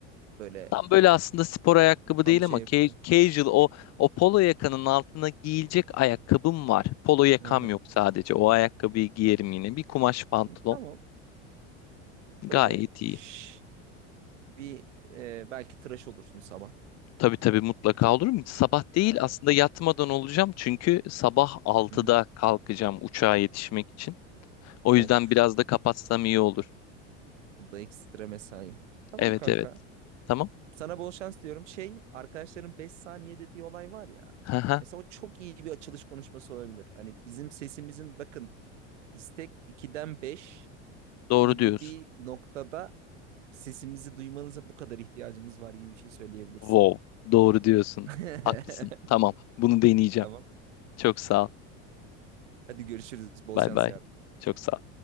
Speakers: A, on the right (about 90°); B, on the left (about 45°).
A: böyle
B: Tam böyle aslında spor ayakkabı
A: tam
B: değil
A: şey
B: ama ca-
A: yapacağım.
B: casual o o polo yakanın altına giyilecek ayakkabım var. Polo yakam
A: Hı hı.
B: yok sadece. O ayakkabıyı giyerim yine. Bir kumaş pantolon.
A: Tamam
B: Gayet
A: böyle
B: iyi.
A: şş, bir e, belki tıraş olursun sabah.
B: Tabii tabii mutlaka olur mu? Sabah değil
A: Aynen.
B: aslında yatmadan olacağım. Çünkü sabah altıda
A: Hı hı.
B: kalkacağım uçağa yetişmek için. O
A: Of
B: yüzden biraz da kapatsam iyi olur.
A: bu da ekstra mesai. Tamam
B: Evet
A: kanka
B: evet. Tamam.
A: sana bol şans diyorum. Şey arkadaşların 5 saniye dediği olay var ya.
B: <laughs>
A: Mesela o çok iyi bir açılış konuşması olabilir. Hani bizim sesimizin bakın istek 2'den 5
B: Doğru
A: gibi
B: diyorsun.
A: bir noktada sesimizi duymanıza bu kadar ihtiyacımız var gibi bir şey söyleyebilirsin.
B: Wow. Doğru diyorsun.
A: <laughs>
B: Haklısın. Tamam. Bunu deneyeceğim.
A: Tamam.
B: Çok sağ ol.
A: Hadi görüşürüz. Bol
B: Bay
A: şans
B: bay.
A: yarın.
B: Çok sağ ol.